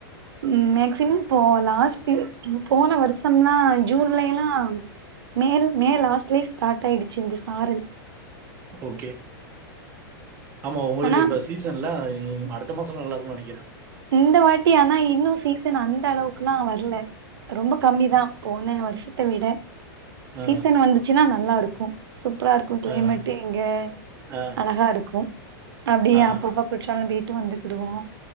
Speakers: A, on the right; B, on the right.
A: உம் மேக்ஸிமம் போலாஸ்ட் <unintelligible> போன வருஷம்ல்லா ஜூன்லேலாம் மேல மே லாஸ்ட்லயே ஸ்டார்ட் ஆய்டுச்சு ஆறு
B: ஓகே ஆமா உங்களுக்கு
A: ஆனா
B: இப்ப சீசன்ல டெய்லியு அடுத்த மாசம் நல்லா இருக்கும்னு நெனைக்கிறேன்
A: இந்த வாட்டி ஆனா இன்னும் சீசன் அந்த அளவுக்குல்லாம் வர்ல ரொம்ப கம்மிதான் போன வருஷத்த விட
B: ஆ,
A: சீசன் வந்துச்சுன்னா நல்லாரு இருக்கும் சூப்பரா இருக்கும் கிளைமேட்டு்
B: ஆ,
A: இங்க
B: ஆ,
A: அழகா இருக்கும் அப்டியே
B: ஆ,
A: அப்போப்பா குச்சாலும் அப்டியே ட்டு வந்துகிடுவோம்